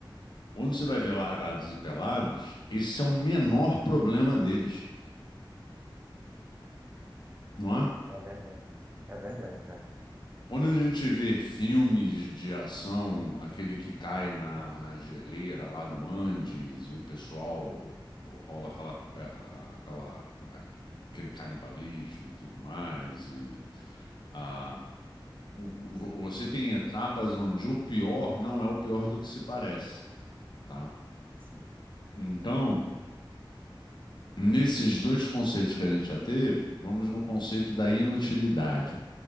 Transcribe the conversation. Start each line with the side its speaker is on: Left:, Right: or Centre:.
Left: Quando você vai ver largados e pelados, esse é o menor problema deles, não é?
Right: É verdade. É verdade, cara.
Left: Quando a gente vê filmes de ação, aquele que cai na, na geleira lá no Andes e o pessoal pô, rola aquela, é, a- a- aquela- a- aquele canibalismo e tudo mais, e a, o- o- você tem etapas onde o pior não é o pior do que se parece. tá?
Right: Sim,
Left: Então, nesses dois conceitos que a gente já teve, vamos no conceito da inutilidade.